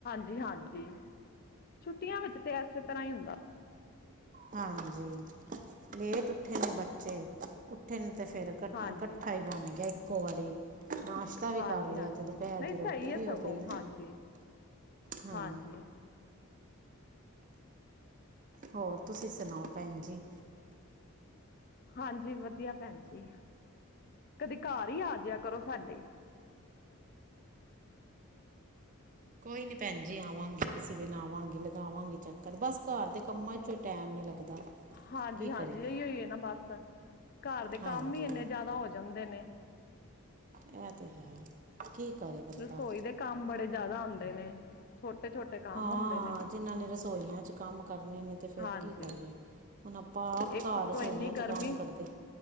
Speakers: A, on the left; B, on the right.
A: ਜੀ ਹਾਂਜੀ, ਛੁੱਟੀਆਂ ਵਿੱਚ ਤੇ ਐਸੇ ਤਰ੍ਹਾਂ ਹੀ ਹੁੰਦਾ।
B: ਹਾਂਜੀ, ਲੇਟ ਉੱਠੇ ਨੇ ਬੱਚੇ। ਉੱਠੇ ਨੇ ਤੇ ਫੇਰ ਕੱ
A: ਹਾਂਜੀ
B: ਕੱਠਾ ਈ ਬਣ ਗਿਆ ਇੱਕੋ ਵਾਰੀ, ਨਾਸ਼ ਤਾ ਵੀ
A: ਹਾਂਜੀ
B: ਕਰ ਲਿਆ,
A: ਹਾਂਜੀ
B: ਤੇ ਦੁਪਹਿਰ
A: ਨਹੀਂ
B: ਦੀ ਰੋਟੀ
A: ਸਹੀ
B: ਵੀ
A: ਹੈ
B: ਹੋ
A: ਸਗੋਂ
B: ਗਈ ਏ,
A: ਹਾਂਜੀ
B: ਹੂੰ।
A: ਹਾਂਜੀ
B: ਹੋਰ ਤੁਸੀਂ ਸੁਣਾਓ ਭੈਣ ਜੀ।
A: ਹਾਂਜੀ ਵਧੀਆ ਭੈਣ ਜੀ, ਕਦੀ ਘਰ ਈ ਆਜਿਆ ਕਰੋ ਸਾਡੇ।
B: ਕੋਈ ਨੀ ਭੈਣ ਜੀ ਆਵਾਂਗੀ। ਕਿਸੇ ਦਿਨ ਆਵਾਂਗੀ ਲਗਾਵਾਂਗੀ ਚੱਕਰ, ਬਸ ਘਰ ਦੇ ਕੰਮਾਂ ਵਿਚੋਂ ਟੈਮ ਨੀ ਲੱਗਦਾ।
A: ਹਾਂਜੀ-ਹਾਂਜੀ,
B: ਕੀ ਕਰੀਏ
A: ਇਹੀਓ ਈ ਐ ਨਾ ਬਸ। ਘਰ ਦੇ ਕੰਮ
B: ਹਾਂਜੀ
A: ਈ ਏਨੇ ਜ਼ਿਆਦਾ ਹੋ ਜਾਂਦੇ ਨੇ।
B: ਇਹ ਤੇ ਹੈ। ਕੀ ਕਰੇ ਬੰਦਾ
A: ਰਸੋਈ ਦੇ ਕੰਮ ਬੜੇ ਜਿਆਦਾ ਹੁੰਦੇ ਨੇ ਛੋਟੇ-ਛੋਟੇ। ਕੰਮ
B: ਹਾਂ,
A: ਹੁੰਦੇ ਨੇ,
B: ਜਿਨਾਂ ਨੇ ਰਸੋਈਆਂ ਚ ਕੰਮ ਕਰਨੇ ਨੇ ਤੇ ਫਿਰ
A: ਹਾਂਜੀ
B: ਕੀ ਕਰੀਏ। ਹੁਣ ਆਪਾਂ ਆਪ
A: ਇੱਕ
B: ਘਰ
A: ਉੱਤੋਂ
B: ਰਸੋਈਆਂ
A: ਇੰਨੀ
B: ਚ
A: ਗਰਮੀ
B: ਕੰਮ ਕਰਦੇ